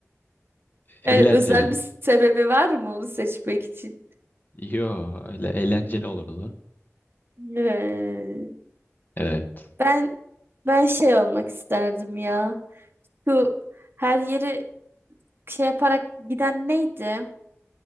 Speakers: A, on the left; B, on the right.
A: Eğlenceli.
B: Yani özel bir sebebi var mı onu seçmek için?
A: Yo, öyle eğlenceli olurdu.
B: Ee,
A: Evet.
B: ben ben şey olmak isterdim ya. Şu her yeri şey yaparak giden neydi?